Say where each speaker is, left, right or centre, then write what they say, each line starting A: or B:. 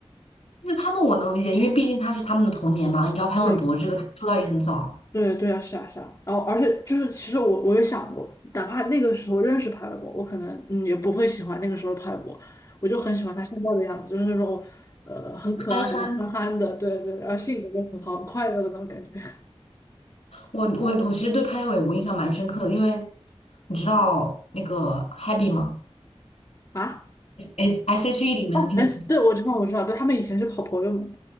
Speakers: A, on the left; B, on the left.
A: 因为他们我能理解，因为毕竟他是他们的童年嘛。你知道潘玮柏这个他出道也很早。
B: 对对对啊，是啊是啊，然后而且就是，其实我我也想过，哪怕那个时候认识帕玮柏，我可能嗯也不会喜欢那个时候的帕玮柏，我就很喜欢他现在的样子，就是那种呃很可爱的憨憨的，
A: 憨憨
B: 对对，然后性格又很好，很快乐的那种感觉
A: 我我我其实对潘玮柏我印象蛮深刻的，因为你知道那个 Happy 吗
B: 啊。
A: ？S S H E 里面的那个
B: 哎，对，我知道我知道，对，他们以前是好朋友嘛。